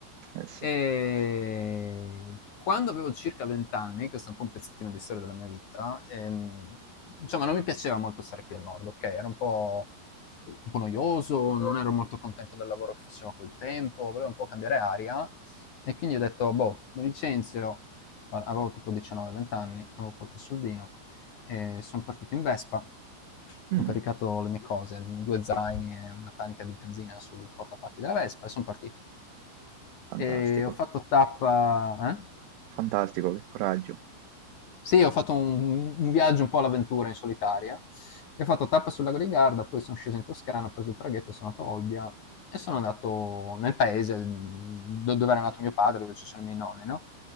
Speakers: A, on the right; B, on the left.
A: eh sì,
B: E quando avevo circa 20 anni, questo è un po' un pezzettino di storia della mia vita, ehm, insomma non mi piaceva molto stare qui al nord, ok? Era un po', un po' noioso, non ero molto contento del lavoro che facevo a quel tempo, volevo un po' cambiare aria e quindi ho detto, boh, mi licenzio, Allora, avevo tipo 19-20 anni, avevo qualche soldino, e sono partito in Vespa.
A: Mm,
B: Ho caricato le mie cose, due zaini e una tanica di benzina sul portapacchi della Vespa e sono partito.
A: fantastico,
B: E ho fatto tappa... Eh?
A: fantastico, che coraggio.
B: Sì, ho fatto un, un viaggio un po' all'avventura in solitaria. E ho fatto tappa sul lago di Garda, poi sono sceso in Toscana, ho preso il traghetto, sono andato a Olbia e sono andato nel paese dove era nato mio padre, dove ci sono i miei nonni, no?